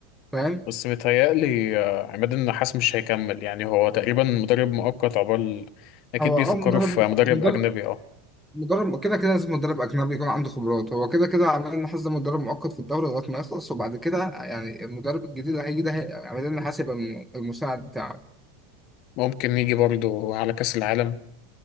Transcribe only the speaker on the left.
بس متهيألي آه، عماد النحاس مش هيكمل يعني هو تقريبا مدرب مؤقت عقبال أكيد
بيفكروا
في مدرب
أجنبي اه
ممكن يجي برضه على كأس العالم